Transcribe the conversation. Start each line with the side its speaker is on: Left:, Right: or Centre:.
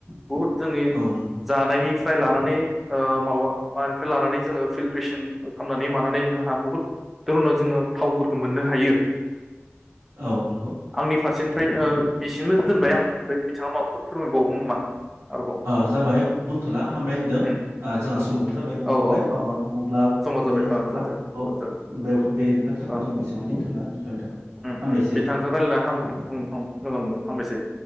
Centre: बुहुद जोंनि
Right: औ नंगौ
Centre: जानायनि फ्राय लानानै ओ माबा मानिफ्राय लानानै जोङो फिलट्रेसन खालामनानै माब नानै जोंहा बहुत धरनाव जोङो थावफोरखौ मोननो हायो
Right: औ नंगौ
Centre: आंनि फारसे निफ्राय बिसिंनो दोनबाय आं ओमफ्राय बिथाङा माबाफोर फोरमायबावो नामा आरोबाव
Right: ओ जाबाय बुंथ'ला हामबाय होनदों
Centre: उम
Right: ओ जोंहा
Centre: दोनथ'
Right: समाबो जाबाय गोबाव
Centre: औ
Right: जाबाय
Centre: औ
Right: अ जों अब्ला
Centre: समा जाबाय
Right: बे
Centre: आसासा
Right: बाथ्राखौ
Centre: आससा
Right: बे बे बाथ्राखौ
Centre: ओम
Right: जोङो बेसेबां दोनथ'ना दोनथ'नाय थाबाय
Centre: ओम
Right: हामबायसै।
Centre: बिथांजों रायलायना हाम ओम ओम मोजां मोनबाय हामबायसै